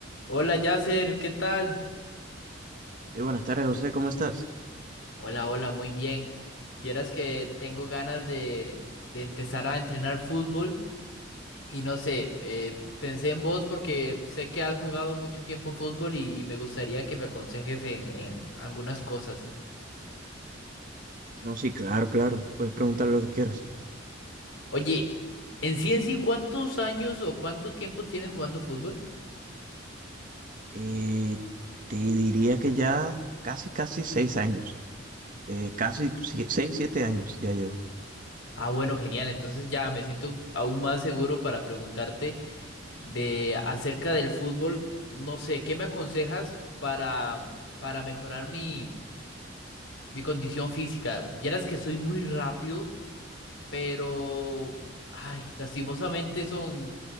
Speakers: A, on the left; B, on the right.
A: Hola Yasser, ¿qué tal?
B: Eh, buenas tardes, José, ¿cómo estás?
A: Hola, hola, muy bien. Vieras que tengo ganas de, de empezar a entrenar fútbol y no sé, eh, pensé en vos porque sé que has jugado mucho tiempo fútbol y, y me gustaría que me aconsejes en, en algunas cosas.
B: No, sí, claro, claro, puedes preguntar lo que quieras.
A: Oye, en sí en sí, ¿cuántos años o cuánto tiempo tienes jugando fútbol?
B: Eh, te diría que ya casi, casi seis años, eh, casi si- seis, siete años ya llevo.
A: Ah, bueno, genial, entonces ya me siento aún más seguro para preguntarte. de acerca del fútbol. No sé, ¿qué me aconsejas para, para mejorar mi, mi condición física? Vieras que soy muy rápido, pero, ay, lastimosamente son